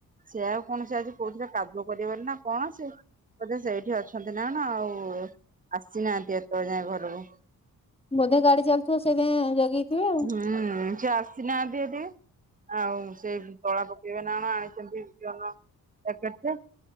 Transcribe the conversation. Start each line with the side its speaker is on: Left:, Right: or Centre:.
Right: ସେ ଆଉ କଣ ସେ ଆଜି କହୁଥିଲେ କାଦୁଅ କରିବାର ନା କଣ ସେ। ବୋଧେ ସେଇଠି ଅଛନ୍ତି ନା ନା ଆଉ ଆସିନାହାନ୍ତି ଏତେବେଳେ ଯାଏ ଘରକୁ।
Left: ବୋଧେ ଗାଡି ଚାଲୁଥିବ ସେଇଥି ପାଇଁ ଜଗିଥିବେ। ଆଉ।
Right: ହୁଁ ସେ ଆସିନାହାନ୍ତି <unintelligible> ଆଉ ସେଇ ତଳା ପକେଇବେ ନା କଣ ଆଣିଛନ୍ତି <unintelligible> ଜନ